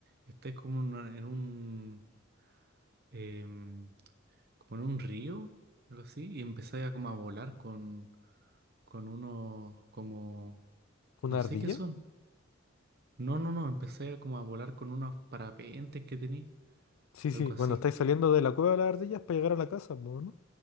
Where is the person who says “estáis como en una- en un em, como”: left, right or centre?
Right